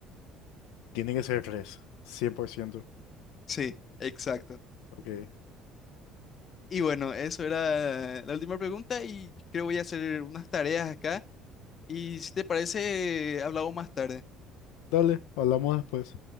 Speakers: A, on the left; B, on the left.
A: tiene que ser tres, 100%.
B: Sí, exacto.
A: Ok,
B: Y bueno, eso era la última pregunta y creo voy a hacer unas tareas acá. Y si te parece, hablamos más tarde.
A: dale, hablamos después.